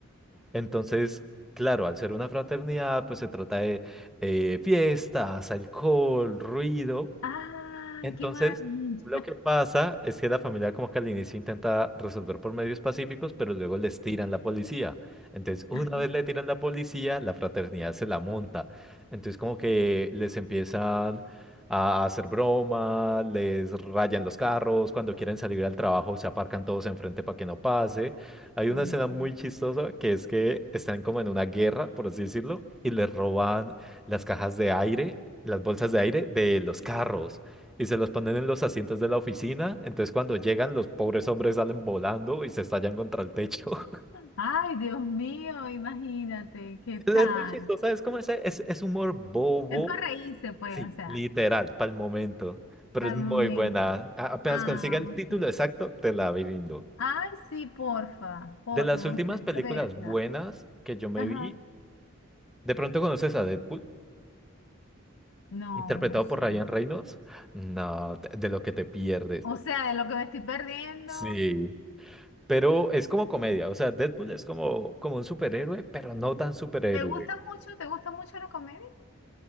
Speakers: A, in the centre; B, on the left.
A: Entonces, claro, al ser una fraternidad, pues se trata de eh, fiestas, alcohol, ruido.
B: Ay,
A: Entonces,
B: qué maravilla.
A: lo que pasa es que la familia como que al inicio intenta resolver por medios pacíficos, pero luego les tiran la policía. Entonces, una
B: Ay,
A: vez le tiran la policía, la fraternidad se la monta. Entonces, como que les empiezan a hacer broma, les rayan los carros, cuando quieren salir al trabajo se aparcan todos enfrente para que no pase. Hay
B: Dios
A: una escena muy
B: mío.
A: chistosa que es que están como en una guerra, por así decirlo, y les roban las cajas de aire, las bolsas de aire de los carros y se los ponen en los asientos de la oficina. Entonces cuando llegan, los pobres hombres salen volando y se estallan contra el techo. <laughs>
B: Ay, Dios mío, imagínate, ¿qué tal?
A: Es muy chistoso, es como ese, es, es humor bobo,
B: Es para reírse, pues,
A: sí,
B: o sea,
A: literal, para el momento. Pero
B: al
A: es muy
B: momento.
A: buena. A- apenas
B: Ah,
A: consiga el título
B: ok.
A: exacto, te la brindo.
B: Ay, sí, porfa, porfa,
A: De las
B: me
A: últimas
B: gustaría
A: películas
B: verla.
A: buenas que yo me
B: Ajá.
A: vi, ¿de pronto conoces a Deadpool?
B: No,
A: Interpretado
B: no sé.
A: por Ryan Reynolds. No, te- de lo que te pierdes.
B: O sea, de lo que me estoy perdiendo.
A: Sí. Pero es como comedia, o sea, Deadpool es como, como un superhéroe, pero no tan superhéroe.
B: ¿Te gusta mucho? ¿Te gusta mucho la comedia? Eh,